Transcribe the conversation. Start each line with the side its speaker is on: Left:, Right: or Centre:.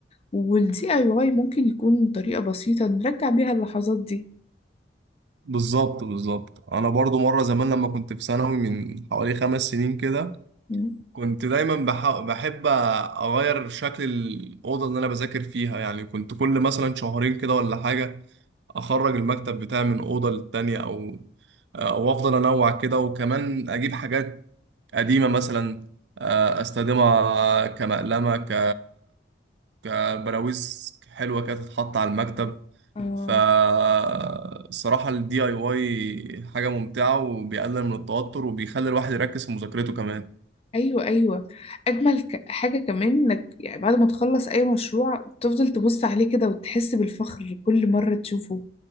Left: والدي اي واي ممكن يكون طريقة بسيطة نرجع بيها اللحظات دي
Right: بالظبط بالظبط انا برضو مره زمان لما كنت في ثانوي من حوالي خمس سنين كده
Left: مم.
Right: كنت دايما بح- بحب اغير شكل الاوضه اللي انا بذاكر فيها يعني كنت كل مثلا شهرين كده ولا حاجه اخرج المكتب بتاعي من اوضه للتانيه او او افضل انوع كده وكمان اجيب حاجات قديمه مثلا آه، استخدمها كمقلمه ك كبراويز حلوه كده تتحط على المكتب
Left: آه.
Right: فالصراحه الدي اي واي حاجه ممتعه وبيقلل من التوتر وبيخلي الواحد يركز في مذاكرته كمان
Left: ايوه ايوه اجمل ك- حاجه كمان انك يعني بعد ما تخلص اي مشروع تفضل تبص عليه كده وتحس بالفخر كل مره تشوفه